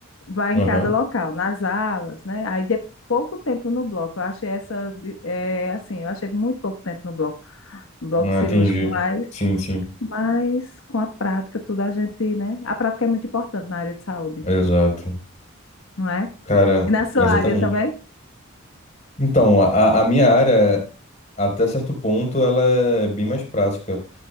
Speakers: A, on the left (about 75°); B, on the left (about 35°).
A: vai
B: Aham.
A: em cada local, nas alas, né? Aí de pouco tempo no bloco. Eu achei essa, de- é, assim, eu achei muito pouco tempo no bloco, no bloco
B: Ah,
A: cirúrgico,
B: entendi.
A: mas,
B: Sim, sim.
A: mas com a prática, tudo a gente, né? A prática é muito importante na área de saúde,
B: Exato.
A: não é?
B: Cara,
A: E na sua
B: exatamente.
A: área também?
B: Então, a, a minha área, até certo ponto, ela é bem mais prática.